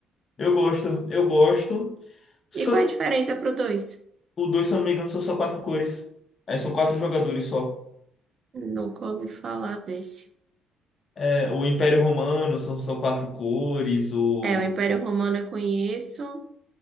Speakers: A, on the left; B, on the right.
A: Eu gosto, eu gosto. Só,
B: E qual é a diferença pro dois?
A: o dois, se eu não me engano, são só quatro cores. É, são quatro jogadores só.
B: Nunca ouvi falar desse.
A: É, o Império Romano são só quatro cores. O,
B: É, o Império Romano eu conheço.